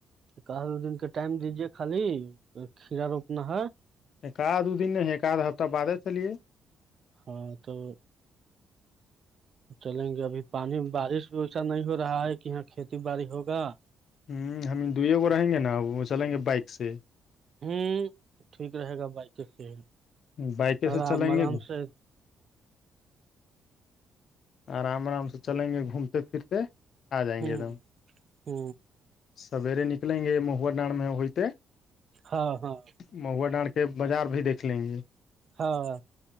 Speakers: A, on the right (about 50°); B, on the left (about 60°).
A: کہل دو دن کے ٹائم دیجے خالی کھیرا روپنا ہے
B: ایک آد دو دن نہیں ہے ایک آدھا ہفتہ بد ہی چلیے
A: ہاں تو چلیں گے ابھی پانی بارش بھی اسا نہیں ہو رہا ہے کہ یہاں کھیتی باڑی ہوگا
B: ہوں ہم دوگو رہیں گے نا وہ چلیں گے بائک سے
A: ہوں ٹھیک رہے گا بائک کے سے
B: بائکیں
A: آرام
B: سے چلیں
A: آرام
B: گے
A: سے
B: آرام آرام سے چلیں گے گھومتے پھرتے آ جائیں
A: ہ
B: گے د ہم
A: ہ
B: سویرے نکلیں گے مہوا ڈڑ میں ہوئیتے
A: ہاں ہاں
B: مہوا ڈانڑ کے بازار بھی دیکھ لیں گے
A: ہاں